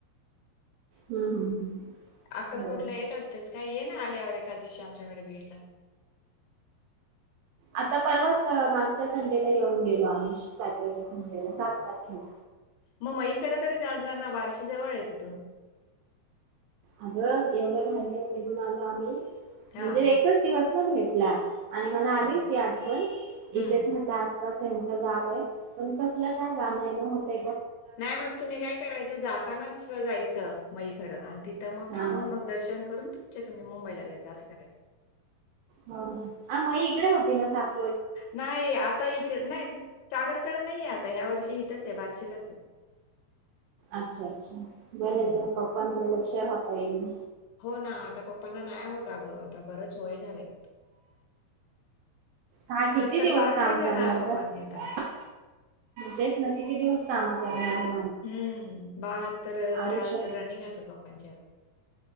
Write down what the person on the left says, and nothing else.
अक्कलकोट
येत असतेच काय ये ना आल्यावर एखाद दिवशी आमच्याकडे बीड ला.
मग मईकडे तरी दात जा ना बारशी जवळ आहे तिथून.
हां,
हां,
हं.
नाही मग तुम्ही काय करायचं जातानाच जायचं मै कडं. तिथं मग
थांबून मग दर्शन करून तुमचे तुम मुंबईला जायचं असं करायचं.
नाही. आता इक नाही सागरकड नाही आ आता ह्या वर्षी इथच आहे बारशीलाच.
हं.
हो ना आता पप्पांना नाही होता ग आता बरंच वय झालंय
सत्तर
पार
केलं
ना पप्पांनी
आता
हम्म बाहत्तर, त्रेहात्तर
रनिंग असल पप्पांची आ